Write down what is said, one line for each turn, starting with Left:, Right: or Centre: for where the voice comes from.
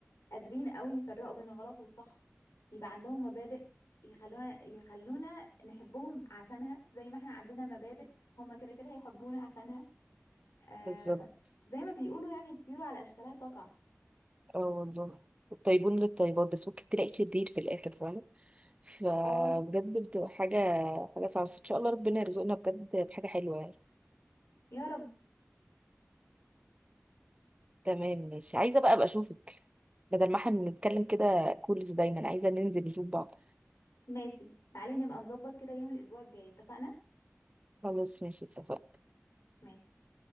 Left: قادرين قوي يفرقوا بين الغلط والصح يبقى عندهم مبادئ يخلونا يخلونا نحبهم عشانها زي ما احنا عندنا مبادئ هما كده كده هيحبونا عشانها آه...
Right: بالظبط
Left: ب- زي ما بيقولوا يعني الطيور على أشكالها تقع
Right: اه والله الطيبون للطيبات بس ممكن تلاقي شرير في الاخر فاهمه فبجد
Left: اه
Right: بتبقى حاجه حاجه صعبه بس ان شاء الله ربنا يرزقنا بجد بحاجه حلوه يعني
Left: يا رب
Right: تمام مش عايزه بقى ابقى اشوفك بدل ما احنا بنتكلم كده كولز دايما عايزه ننزل نشوف بعض
Left: ماشي تعالي نبقى نظبط كده يوم الأسبوع الجاي اتفقنا؟
Right: خلاص ماشي اتفقنا
Left: ماشي